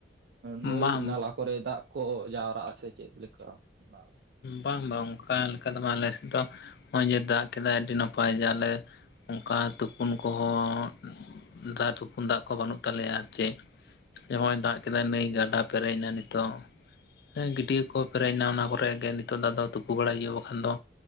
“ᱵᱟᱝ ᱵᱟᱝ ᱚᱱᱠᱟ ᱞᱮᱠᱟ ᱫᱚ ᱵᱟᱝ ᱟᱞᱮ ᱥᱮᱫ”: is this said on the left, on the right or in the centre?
Left